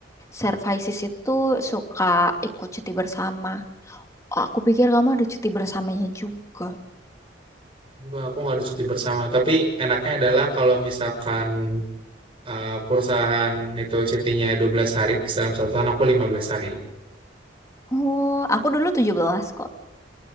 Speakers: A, on the left; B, on the right.
A: services itu suka ikut cuti bersama. Oh, aku pikir kamu ada cuti bersamanya juga.
B: Enggak, aku nggak ada cuti bersama. Tapi enaknya adalah kalau misalkan eh, perusahaan itu cutinya 12 hari, dalam satu tahun aku 15 hari.
A: Oh, aku dulu 17 kok.